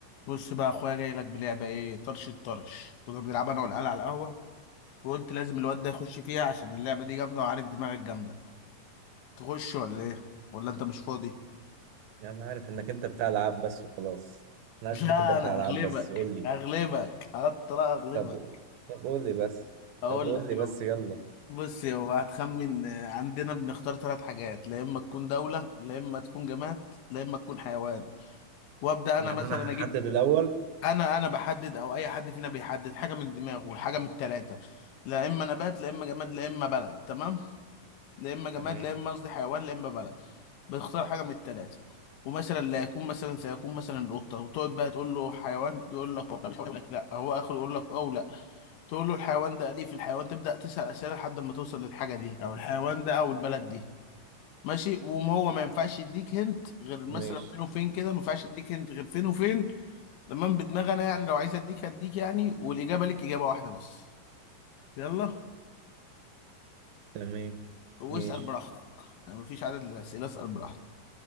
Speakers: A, on the left (about 75°); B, on the right (about 70°).
A: بص بقى يا اخويا جاي لك بلعبه ايه طرش الطرش كنا بنلعبها انا والعيال على القهوه وقلت لازم الواد ده يخش فيها عشان اللعبه دي جامده وعارف دماغك جامده تخش ولا ايه ولا انت مش فاضي
B: يعني انا عارف انك انت بتاع العاب بس وخلاص انا
A: <laughs>
B: عارف
A: لا
B: انك انت بتاع
A: انا
B: العاب
A: اغلبك
B: بس قول لي
A: اغلبك اطلع اغلبك
B: طب طب قول لي بس
A: اقول
B: طب قول
A: لك
B: لي
A: يو.
B: بس يلا
A: بص يا هو هتخمن آه، عندنا بنختار ثلاث حاجات لا اما تكون دوله لا اما تكون جماد لا اما تكون حيوان وابدا انا
B: يعني
A: مثلا
B: انا هحدد
A: اجيب
B: الاول
A: انا انا بحدد او اي حد فينا بيحدد حاجه من دماغه حاجه من الثلاثه لا اما نبات لا اما جماد لا اما بلد تمام لا اما جماد
B: تمام
A: لا اما قصدي حيوان لا اما بلد بتختار حاجه من الثلاثه ومثلا لا يكون مثلا سيكون مثلا القطه وتقعد بقى تقول له حيوان يقول لك لا يقول لك لا هو اخره يقول لك او لا تقول له الحيوان ده اليف الحيوان تبدا تسال اسئله لحد ما توصل للحاجه دي او الحيوان ده او البلد دي ماشي وما هو ما ينفعش يديك هنت غير مثلا
B: ماشي
A: فين وفين كده ما ينفعش يديك هنت غير فين وفين تمام بدماغ انا يعني لو عايز اديك هديك يعني والاجابه ليك اجابه واحده بس يلا
B: تمام
A: واسال
B: ماشي
A: براحتك يعني مفيش عدد للاسئله اسال براحتك